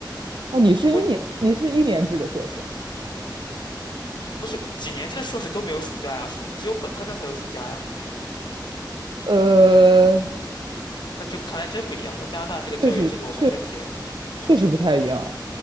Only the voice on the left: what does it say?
我
不是几年制的硕士都没有暑假呀，只有本科生才有暑假呀。
那就看来真不一样。那加拿大这个教育制度还是挺……